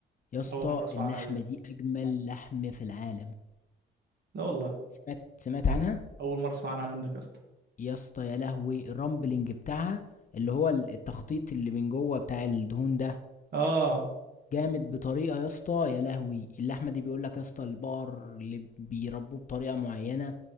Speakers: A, on the left; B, on the right.
A: يا اسطى
B: اول مرة اسمع
A: اللحمة
B: عنها دي
A: دي أجمل لحم في العالم
B: لا والله
A: سمعت سمعت عنها
B: اول مرة اسمع عنها منك يا اسطى
A: يا اسطى يا لهوي الرامبلنج بتاعها اللي هو ال- التخطيط اللي من جوه بتاع الدهون ده
B: اه
A: جامد بطريقة يا اسطى يا لهوي اللحمة دي بيقولك يا اسطى البقر اللي بيربوه بطريقة معينة